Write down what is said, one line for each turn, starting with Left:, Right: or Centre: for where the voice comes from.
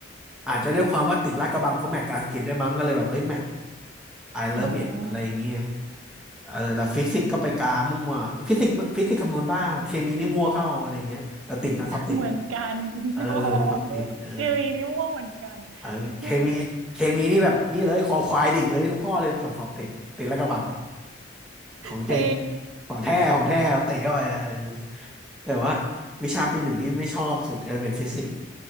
Centre: อาจจะด้วยความว่าติดลาดกระบังเพราะแมตช์กับอังกฤษด้วยมั้งก็เลยแบบเอ้ยแมตช์ I
Right: อ๋อ
Centre: love it อะไรอย่างเงี้ยเออแต่ฟิสิกส์ก็ไปกามั่วฟิสิกส์ฟิสิกส์คำนวณบ้างเคมีนี่มั่วเข้าอะไรอย่างเงี้ยแต่ติดนะสอบติด
Right: เหมือนกัน <laughs>
Centre: เออสอบติดเออ
Right: อ๋อมั่วเกลีนี้มั่วเหมือนกัน
Centre: เออเคมีเคมีนี่แบบนี่เลยคอควายดิ่งเลยทุกข้อเลยแต่สอบติดติดลาดกระบัง
Right: อืม
Centre: ของจริง
Right: เท่
Centre: ของแท้ของแท้ติดเข้าไปอะเออแต่ว่าวิชาปีหนึ่งนี่ไม่ชอบสุดก็เป็นฟิสิกส์